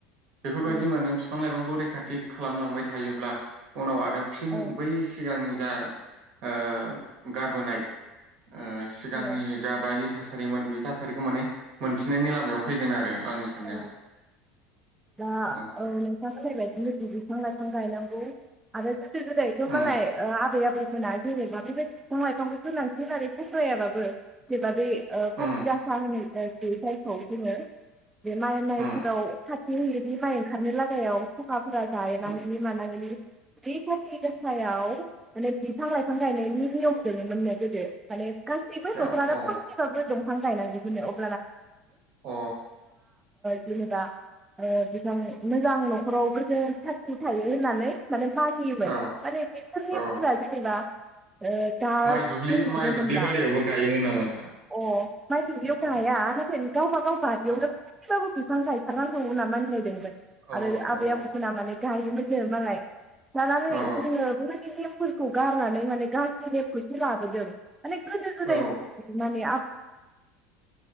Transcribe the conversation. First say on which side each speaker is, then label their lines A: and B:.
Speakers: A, on the right; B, on the right.
A: बेफोरबायदि
B: औ
A: माने बिफां लाइफांखौ रैखाथि खालामलांबाय थायोब्ला उनाव आरो फिन
B: औ
A: बै सिगांनि‌ जा आ गारबोनाय आ सिगांनि
B: औ
A: जाबायदि थासा रिमोन बे थासारिखौ माने मोनफिननायनि लामायाव फैगोन आरो आंनि साननायाव
B: औ दा
A: औ
B: औै नों आंजोंबायदि हांरनांगौ आरो गोजो गोजायथ'
A: उम
B: मालाय आबै-आबौ जा जेनेबा बेबायदि बिफां-लाइफांखौ सोलांफिन आरो फस्रायाबाबो जेनबा बे ओ खाथि
A: उम
B: गासा होनो आरोखि जायखौ जोङो बे माइ-माइफोराव
A: उम
B: खाथि हनि माइ ओंखारनो लागायाव सुखा जाह
A: उम
B: नांगनि मानांगिनि बे खाथि गायाव माने बिथाङा बिफां गायनायनि नियम दंमोननो गोदो माने गासैबो न'खरानो
A: औ अ
B: फांसेबाबो दं। फां नायनांगौ दिनो <unintelligible> आ
A: अ
B: जेनेबा मोजां न'खरावबो जों साखि थायो होननानै माने मानियोमोन
A: औ
B: <unintelligible> नेमफोरा
A: औ
B: जेनेबा दा
A: माइ
B: जों
A: दुब्लि
B: नुनो
A: माइ दुब्लि
B: मोनब्ला
A: बारियावबो गायोमोन नामा नोंथां
B: अ माइ दुलियाव
A: बेखौ
B: गाया ओमाफ्रायों गावबागाव बारियावनो
A: औ
B: गाबो बिफां गायथारनांगौ होनना मानिनायदोंमोन।
A: औ
B: आरो आबै
A: औ
B: आबौ मोना गायोमोन। मालाय लानानै
A: औ
B: जोङो बेबायदि नेमफोरखौ गारनानै माने गाज्रि नेमखौसो ला बोदों माने गोदो गोदाय
A: औ
B: माने